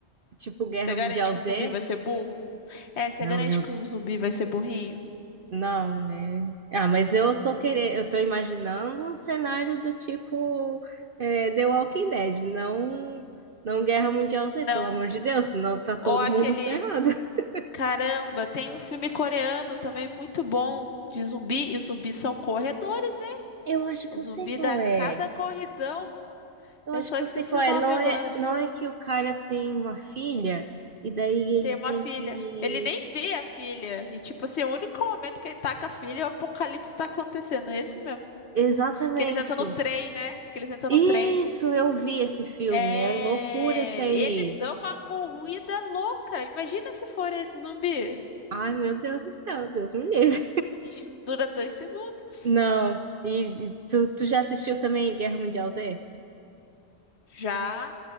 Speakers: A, on the right (about 55°); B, on the left (about 65°).
A: tipo, Guerra
B: Você garante
A: Mundial
B: que
A: Z.
B: o zumbi vai ser burro? É, você
A: Não,
B: garante
A: meu
B: que o zumbi vai ser burrinho?
A: Não, né? Ah, mas eu tô querendo, eu tô imaginando um cenário do tipo é, The Walking Dead, não, não Guerra Mundial Z, pelo
B: Não.
A: amor de Deus, senão tá todo
B: Ou aquele
A: mundo ferrado. <laughs>
B: Caramba, tem um filme coreano também muito bom de zumbi, e os zumbis são corredores, hein?
A: Eu acho que
B: O
A: eu
B: zumbi
A: sei qual
B: dá
A: é.
B: cada corridão.
A: Eu
B: Eu
A: acho
B: só
A: que
B: esqueci
A: eu sei qual
B: o
A: é.
B: nome
A: Não
B: agora.
A: é, não é que o cara tem uma filha e daí ele
B: Tem uma
A: tem
B: filha.
A: que.
B: Ele nem vê a filha. E, tipo assim, o único momento que ele tá com a filha, é o apocalipse tá acontecendo. É esse mesmo.
A: Exatamente.
B: Que eles entram no trem, né? Que eles entram
A: Isso,
B: no trem.
A: eu vi esse filme.
B: É...
A: É loucura esse aí.
B: Eles dão uma corrida louca. Imagina se for esse zumbi.
A: Ai, meu Deus do céu, Deus me livre.
B: A gente não dura dois segundos.
A: Não. E tu, tu já assistiu também Guerra Mundial Z?
B: Já